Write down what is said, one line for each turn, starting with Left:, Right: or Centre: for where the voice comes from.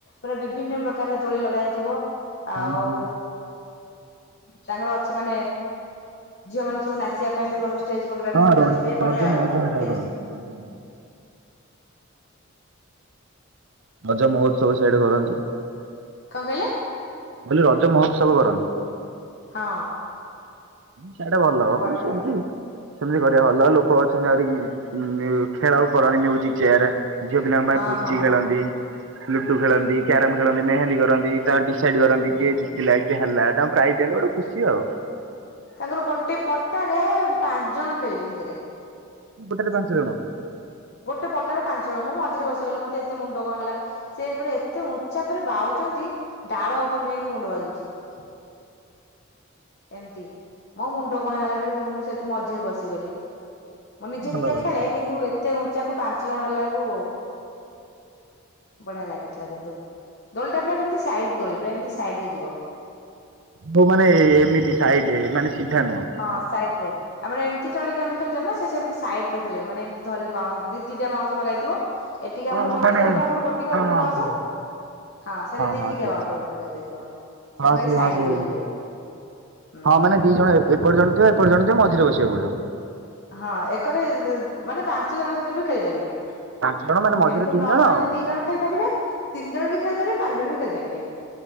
Left: ପୁରା ବିଭିନ୍ନ ପ୍ରକାର ଦୋଳି ଲଗା ହେଇଥିବ। ଆଉ
Right: ହୁଁ ହୁଁ
Left: ତାଙ୍କର ଅଛି ମାନେ, ଝିଅ ମାନେ ସବୁ ନାଚିବା ପାଇଁ ବି ଜ୍‌ ପ୍ରୋଗ୍ରାମ୍
Right: ହଁ
Left: ବି
Right: ର
Left: କର୍ ଥିବେ,
Right: ରଜ
Left: ବଢ଼ିଆ ଆଉ
Right: ମଉଜ
Left: ହେଇଚି।
Right: <unintelligible> ରଜ ମହୋତ୍ସବ ସିଆଡ଼େ କରନ୍ତି।
Left: କଣ କହିଲେ?
Right: ଆଉ ରଜ ମହୋତ୍ସବ କରନ୍ତି।
Left: ହଁ।
Right: ସିଆଡ଼େ ଭଲ ହବ
Left: ବଢିଆ
Right: ସେମତି
Left: ଲାଗେ
Right: ସେମିତି ଘରେ ଭଲ ଲୋକ ଅଛନ୍ତି ଆହୁରି ଖେଳ କରନ୍ତି ମ୍ୟୁଜିକ ଚେୟାର। ଝିଅ ପିଲାମାନେ
Left: ହଁ
Right: ପୁଚି
Left: ହଁ
Right: ଖେଳନ୍ତି ଲୁଡୁ ଖେଳନ୍ତି କ୍ୟାରମ ଖେଳନ୍ତି ମେହେନ୍ଦୀ କରନ୍ତି। ତା ଡିସାଇଡ କରନ୍ତି
Left: ହଁ।
Right: କିଏ ଜିତିଲା କିଏ ହେଲା ତାଙ୍କୁ ପ୍ରାଇଜ୍ ଦିଅନ୍ତି ଗୋଟେ ଖୁସି ଆଉ
Left: ତାଙ୍କର ଗୋଟେ ପଟାରେ ପାଞ୍ଚ ଜଣ ଖେଳିବି ସେଥିରେ
Right: ଗୋଟେ ପଟାରେ ପାଞ୍ଚଜଣ।
Left: ଗୋଟେ ପଟାରେ ପାଞ୍ଚ ଜଣ ମୁଁ ମଝିରେ ବସିଗଲି ମତେ ଏତେ ମୁଣ୍ଡ କଣ ହେଇଗଲା? ସେପରା ଏତେ ଉଞ୍ଚା ପରେ ବାଉଛନ୍ତି ଡାଳ ଉପରେ ଯାଇକି ମୁଣ୍ଡ ବାଜୁଛି
Right: <inaudible>
Left: ଏମିତି ମୋ ମୁଣ୍ଡ କଣ ହୋଇଗଲା ମୁଁ ସେଠି ମଝିରେ ବସିଗଲି ମୁଁ ନିଜେ
Right: ଭଲ
Left: ନିଜେ
Right: ଭଲ।
Left: ଖେଳେ କିନ୍ତୁ ସେ ଉଞ୍ଚା କୁ ପାଞ୍ଚ ଜଣ ହେଲା ବେଳକୁ ବଢିଆ ଲାଗୁଥିଲା କିନ୍ତୁ ଦୋଳିଟା ପା କେମିତି ସାଇଡରେ ଦୋଳି ପୁରା ଏମିତି ସାଇଡରେ ଯିବ
Right: ଯୋଉମାନେ ଏମିତି ସାଇଡ ମାନେ ସିଧା ନୁହଁ
Left: ହଁ ସାଇଡରେ। ଆମର ଏମିତି ଚଳେ ଗେମ୍ ଖେଳୁଛନ୍ତି ନା ସେମିତି ସାଇଡରେ ଖେଳିବ ମାନେ ଏମିତି ଧରିକି ଦି ଦିଟା ବାଉଁଶ ଲଗାଇଥିବ ଏଠିକେ
Right: ଓହୋ
Left: ଆମର ପଟା
Right: ମାନେ
Left: ଦୋଳିଟା ଆମର ଗୋଟିକା
Right: ହଁ
Left: ଗୋଟିକେ
Right: ହଁ
Left: ବାଉଁଶ
Right: ହଁ।
Left: ହଁ ସେଇଟା ଦିଟିକିଆ
Right: ହଁ ଠିକ
Left: ବାଉଁଶ
Right: ଠିକ
Left: ବନ୍ଧା କରିଦେଇଥିବ ସେଥିଲାଗି
Right: ହଁ ସେ
Left: ସାଇଟ୍
Right: ହଁ ସେ
Left: ଦୋଳି ହୁଏ ହୁଁ।
Right: ହଁ ମାନେ ଦି ଜଣ ଏପଟ ଜଣେ ଥିବ ଏପଟେ ଜଣେ ଥିବ ମଝିରେ ବସିବାକୁ ପଡିବ।
Left: ହଁ ଏକରେ ମାନେ ପାଞ୍ଚ ଜଣ ସେଥିରେ ବି ଖେଳିପାରିବେ।
Right: ପାଞ୍ଚ ଜଣ ମାନେ ମଝିରେ
Left: ଏମିତି
Right: ତିନି
Left: ନର୍ମାଲରେ
Right: ଜଣ ହଁ
Left: ଦି ଜଣ ଖେଳିପାରିବେ ତିନି ଜଣ ବି ଖେଳିପାରିବେ ପାଞ୍ଚ ଜଣ ବି ଖେଳିପାରିବେ।